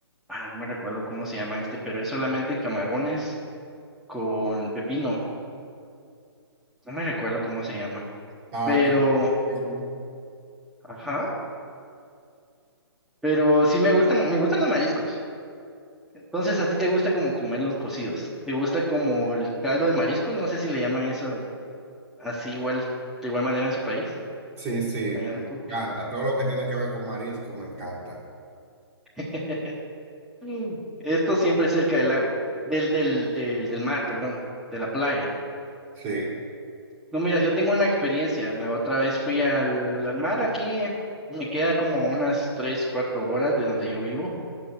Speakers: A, in the centre; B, on the right (about 25°).
A: ay, no me recuerdo cómo se llama este, pero es solamente camarones con pepino. No me recuerdo cómo se llama.
B: Ah,
A: Pero,
B: que no, eso no.
A: ajá. Pero sí me gustan, me gustan los mariscos. Entonces, ¿a ti te gusta como comer los cocidos? ¿Te gusta como el caldo de mariscos? No sé si le llaman eso así igual, de igual manera en su país,
B: Sí, sí,
A: allá en
B: me
A: República.
B: encanta. Todo lo que tiene que ver con marisco me encanta.
A: <laughs> Mm. Esto siempre cerca del lago, del, del, del, del mar, perdón, de la playa.
B: Sí,
A: No, mira, yo tengo una experiencia. La otra vez fui al, al mar aquí. Me queda como unas tres, cuatro horas de donde yo vivo.